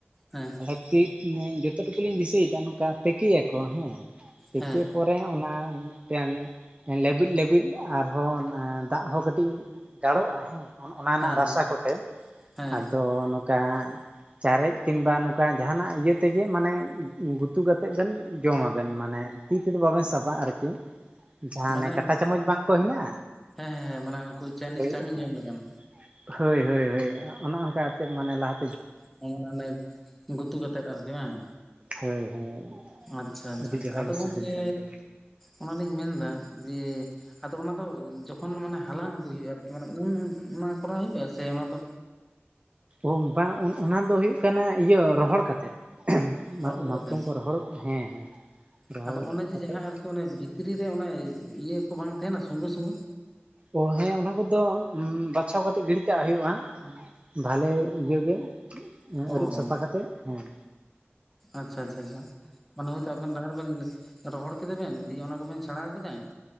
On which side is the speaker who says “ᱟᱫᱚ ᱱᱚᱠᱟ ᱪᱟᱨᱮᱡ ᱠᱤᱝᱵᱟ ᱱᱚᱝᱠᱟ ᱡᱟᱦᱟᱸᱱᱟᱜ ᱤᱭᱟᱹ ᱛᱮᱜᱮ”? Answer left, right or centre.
Right